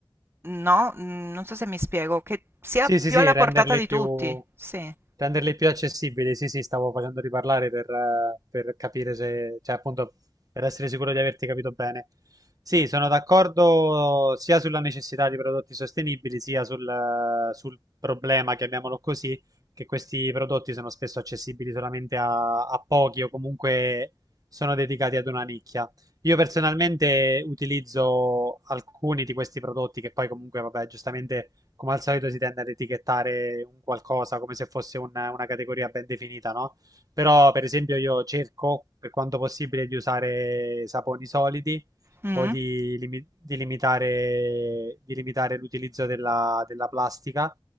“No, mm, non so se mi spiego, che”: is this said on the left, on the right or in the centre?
Right